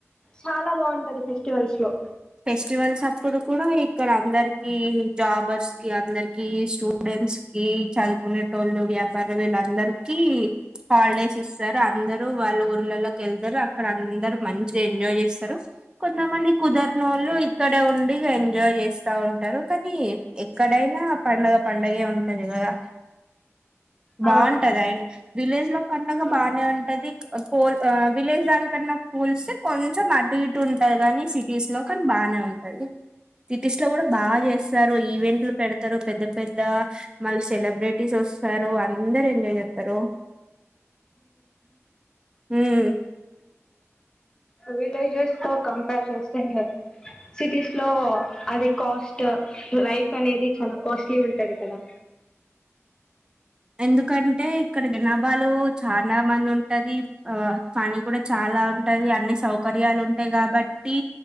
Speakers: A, on the left; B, on the right.
A: చాలా బాగుంటంది ఫెస్టివల్స్లో
B: ఫెస్టివల్స్ అప్పుడు కూడా ఇక్కడ అందరికి జాబర్స్ కి అందరికి స్టూడెం డిస్కీ చదువుకునేటోళ్ళు వ్యాపార వేళ్ళందరిక హాలిడేస్ ఇస్తారు అందరు లు వాళ్ళ ఊర్లలోకి వెళ్తారు అక్కడ అందరు మంచిగా ఎంజాయ్ చేస్తారు కొంతమంది కుదర్నోళ్లు ఇక్కడే ఉండి ఎంజాయ్ చేస్తా ఉంటరు. కానీ ఎక్కడైనా పండగ పండగే ఉంటది కదా బావుంటది
A: ఆ
B: ఆయన విలేజ్ లో పండగ
A: అవును
B: బాగానే ఉంటది పోల్ ఆ విలేజ్ దానికన్నా పుల్స్తే కొంచం అటు ఇటు ఉంటాది కానీ సిటీస్ లో కానీ బాగానే ఉంటాంది సిటీస్లో కూడా బా చేస్తారు ఈవెంట్లు పెడతారు పెద్ద పెద్ద మళ్ళీ సెలబ్రిటీస్ ఒ సరూ అందర్ ఎంజాయ్ చేత్తరు హ్మ్
A: విలేజెస్తో కంపేర్ చేస్తే సిటీస్లో అది కాస్ట్ లైఫ్ అనేది చాలా కాస్ట్లీ గుంటది కదా
B: ఎందుకంటే ఇక్కడ జనాభాలు చానా మంది ఉంటది ఆ పని కూడా చా లా ఉంటది అన్ని సౌకర్యాలు ఉంటయ్ కాబట్టి